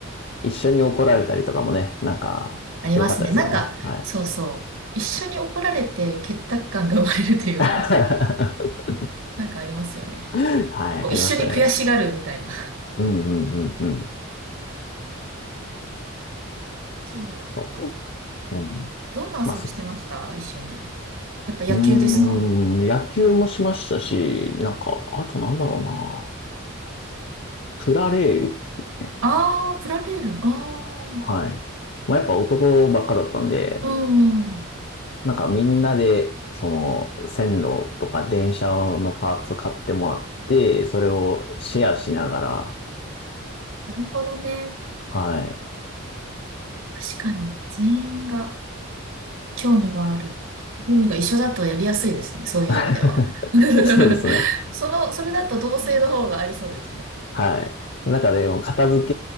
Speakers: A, on the left; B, on the right.
A: 一緒に怒られたりとかもね、なんか、
B: ありますね。
A: 良かったですよね。
B: なんか、
A: はい。
B: そうそう。一緒に怒られて結託感が生まれるというか、
A: <laughs>
B: なんかありますよね。
A: はい、
B: こう一緒に悔しがるみたいな。
A: ありましたね。うんうんうんうん。
B: 嬉しいな、なんか。
A: そううん、
B: どんな遊びしてました一緒に。
A: まあ、そ、
B: やっぱ野球ですか
A: うーん、野球もしましたし、なんか、あとなんだろうな。プラレールっていうね。
B: ああー、プラレール。あ
A: はい。まあ、やっぱ男ばっかだったんで、
B: あ、うん。
A: なんかみんなで、その、線路とか電車のパーツ買ってもらって、それをシェアしながら、
B: なるほどね。
A: はい。
B: 確かに、全員が。興味がある。趣味が一緒だとやりやすいですね。そういう意味では。
A: <laughs>
B: <laughs>
A: そうですね。
B: その、それだと同性の方がありそうですね。
A: はい。なんかでも、片付